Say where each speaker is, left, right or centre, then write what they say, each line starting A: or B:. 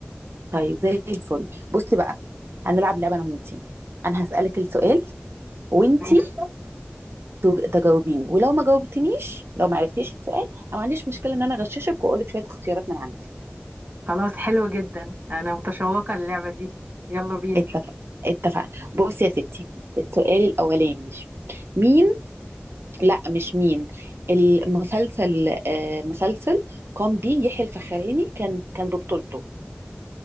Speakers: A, on the right; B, on the right.
A: طيب زي الفل بصي بقى هنلعب لعبة انا وانتي انا هسألك السؤال وانتي
B: ماشي
A: تج- تجاوبيني ولو ما جاوبتنيش لو ما عرفتيش السؤال انا ما عنديش مشكلة ان انا اغششك واقولك شوية اختيارات من عندي
B: خلاص حلو جدا انا متشوقة للعبة دي يلا بينا
A: اتفق اتفقنا بصي يا ستي السؤال الاولاني مين لا مش مين المسلسل آه، مسلسل قام بيه يحيى الفخراني كان كان ببطولته